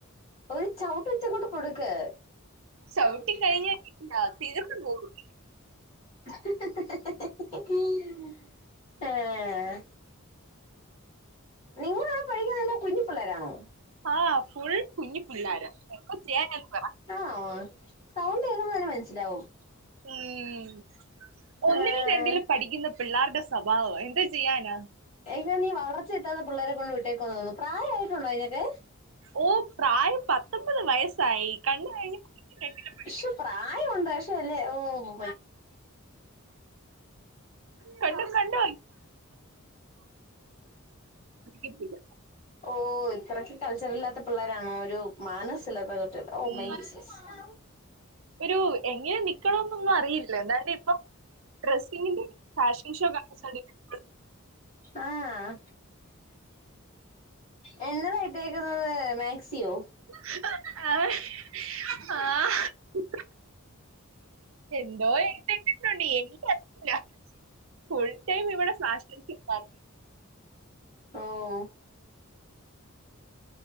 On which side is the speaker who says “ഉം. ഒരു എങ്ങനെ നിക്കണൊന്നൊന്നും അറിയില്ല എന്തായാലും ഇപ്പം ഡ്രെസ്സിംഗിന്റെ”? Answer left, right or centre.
Right